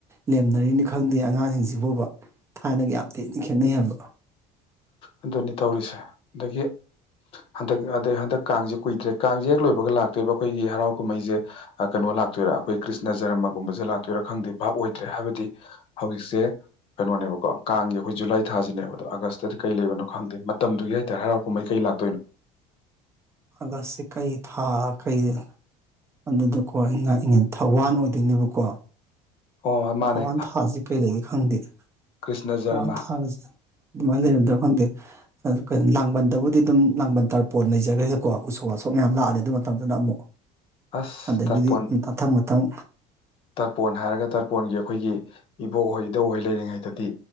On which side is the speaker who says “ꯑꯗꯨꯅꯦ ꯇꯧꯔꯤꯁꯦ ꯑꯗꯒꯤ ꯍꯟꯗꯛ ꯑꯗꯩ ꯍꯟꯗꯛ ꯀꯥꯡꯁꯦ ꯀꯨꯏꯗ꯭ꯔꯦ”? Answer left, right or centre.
Left